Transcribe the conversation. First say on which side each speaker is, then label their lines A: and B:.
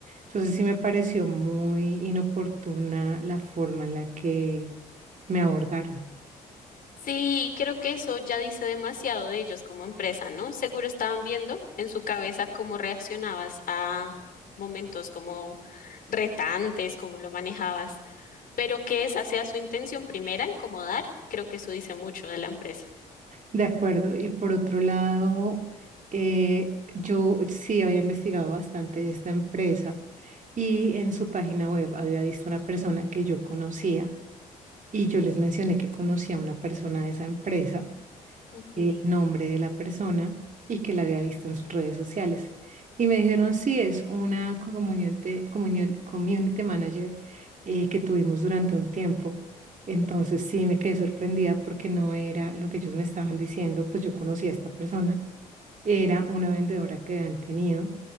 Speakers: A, on the right; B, on the left.
A: Entonces sí me pareció muy inoportuna la forma en la que me abordaron.
B: Sí, creo que eso ya dice demasiado de ellos como empresa, ¿no? Seguro estaban viendo en su cabeza cómo reaccionabas a momentos como retantes, cómo lo manejabas, pero que esa sea su intención primera, incomodar, creo que eso dice mucho de la empresa.
A: De acuerdo. Y por otro lado, eh, yo sí había investigado bastante esta empresa y en su página web había visto una persona que yo conocía y yo les mencioné que conocía a una persona de esa empresa
B: Ujú.
A: el nombre de la persona y que la había visto en sus redes sociales. Y me dijeron, sí, es una community, communion- community manager eh, que tuvimos durante un tiempo. Entonces sí me quedé sorprendida porque no era lo que ellos me estaban diciendo, pues yo conocí a esta persona, era una vendedora que habían tenido